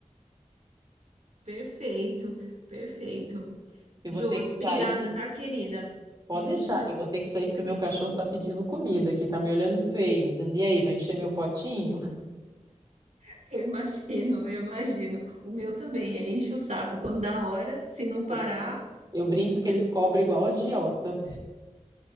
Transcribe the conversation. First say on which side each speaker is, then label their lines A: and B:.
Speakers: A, on the right; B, on the right.
A: Perfeito, perfeito.
B: Eu
A: Josi,
B: vou ter que
A: obrigada,
B: sair.
A: tá, querida?
B: Pode
A: Uhum,
B: deixar, eu vou ter que sair porque o meu cachorro tá pedindo comida aqui, tá me olhando feio, dizendo, e aí, vai encher meu potinho?
A: <laughs> eu imagino, eu imagino. O meu também, ele enche o saco. Quando dá hora, se não parar,
B: Eu, eu brinco que eles cobram igual agiota.